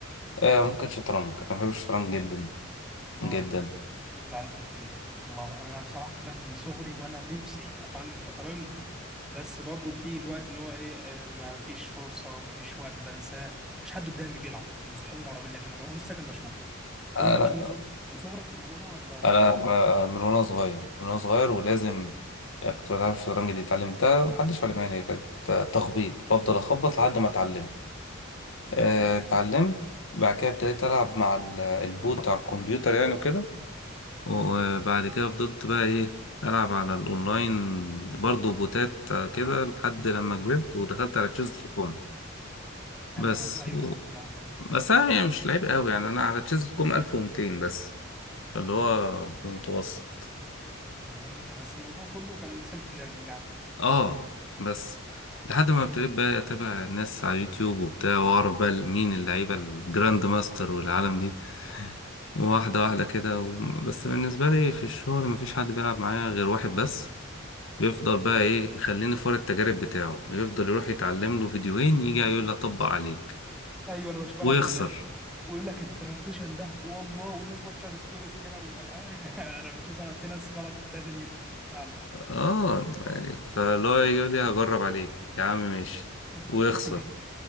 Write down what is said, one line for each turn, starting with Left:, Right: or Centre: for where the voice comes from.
Left: آه، ممكن شطرنج انا بحب الشطرنج جدا
Centre: الله
Left: جدا
Centre: العادات الكفيلة الله أنا بصراحة بقى من صغري وأنا نفسي أتعلم شطرنج بس برضه بتيجي الوقت اللي هو إيه آه، ما فيش فرصة ما فيش وقت بنساه مفيش حد قدامي بيلعب من صحابي المقربين لكن لما أروح السكن مشغول طب
Left: اه
Centre: أنت يا باشمهندس أصلاً من صغرك الموضوع ده ولا كان
Left: انا
Centre: إزاي؟
Left: آه، من وانا صغير من وانا صغير ولازم يعني كنت بلعب الشطرنج دي اتعلمتها محدش علمها لي، هي كانت آه، تخبيط بفضل اخبط لحد ما اتعلمت آه، اتعلمت بعد كده ابتديت العب مع ال- البوت بتاع الكمبيوتر يعني وكده
Centre: تمام
Left: وبعد كده فضلت بقى ايه العب على الاونلاين برضو بوتات آه، كده لحد لما كبرت ودخلت على تشيز دوت كوم
Centre: تمام
Left: بس
Centre: أيوه
Left: و...
Centre: أعرف الموضوع ده
Left: بس انا يعني مش لعيب قوي يعني انا على تشيز دوت كوم 1200 بس اللي هو في المتوسط
Centre: جميل بس الموضوع كله كان سيلف ليرنينج عندي
Left: اه بس لحد ما ابتديت بقى اتابع الناس على اليوتيوب وبتاع واعرف بقى مين اللعيبه الجراند ماستر والعالم دي واحده واحده كده و... بس بالنسبه لي في الشغل مفيش حد بيلعب معايا غير واحد بس بيفضل بقى ايه مخليني فار التجارب بتاعه يفضل يروح يتعلم له فيديوهين يجي يقول لي اطبق عليك
Centre: ايوه انا بشوف
Left: ويخسر
Centre: انا ال... ويقول لك الترانزيشن ده والله والناس تقعد تشير ستوريز كده و... <laughs> انا بشوف انا في ناس فعلا ده دنيتها فعلا
Left: اه يعني فلو يقول لي هجرب عليك يا عم ماشي
Centre: <laughs>
Left: ويخسر